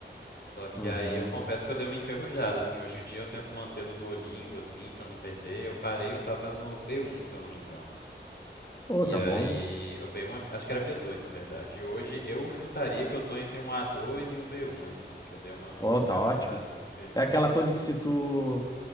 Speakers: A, on the left; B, on the left.
A: Só que
B: Uhum.
A: aí eu confesso que eu dei uma enferrujada, assim, hoje em dia eu tento manter no Duolingo, assim, pra não perder. Eu parei, eu tava no B1, se eu não me engano.
B: Oh,
A: E
B: tá
A: aí,
B: bom.
A: o B1, é- acho que era B2, na verdade. E hoje eu chutaria que eu tô entre um A2 e um B1, assim, que eu dei uma boa
B: Oh,
A: enferrujada,
B: tá ótimo.
A: porque...
B: É aquela
A: com-
B: coisa que se tu